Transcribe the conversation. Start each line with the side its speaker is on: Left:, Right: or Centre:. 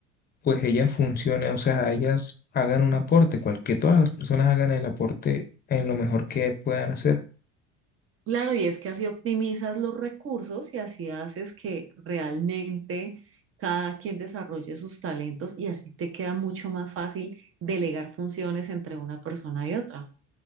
Left: pues ellas funcionen, o sea, ellas hagan un aporte, cual, que todas las personas hagan el aporte en lo mejor que puedan hacer,
Right: Claro, y es que así optimizas los recursos y así haces que realmente cada quien desarrolle sus talentos y así te queda mucho más fácil delegar funciones entre una persona y otra.